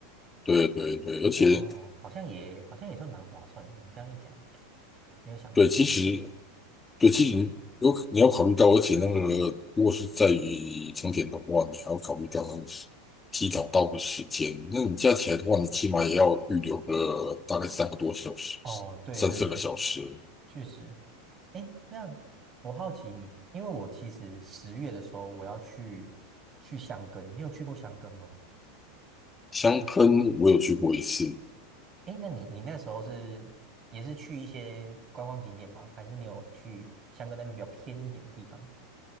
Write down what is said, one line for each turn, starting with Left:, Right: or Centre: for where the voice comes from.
Left: 对对对，而且
Right: 哦，好像也好像也算蛮划算的。你这样一讲，没有想过这个问题。
Left: 对，其实对，其实你有可你要考虑到，而且那个如果是在于成田的话，你还要考虑到那个时提早到的时间。那你加起来的话，你起码也要预留个大概三个多小时，
Right: 哦，对对对，
Left: 三四个小时。
Right: 确实，哎，那我好奇你，因为我其实十月的时候我要去去箱根，你有去过箱根吗？
Left: 香根我有去过一次，
Right: 哎，那你你那时候是也是去一些观光景点吗？还是你有去箱根那边比较偏一点的地方？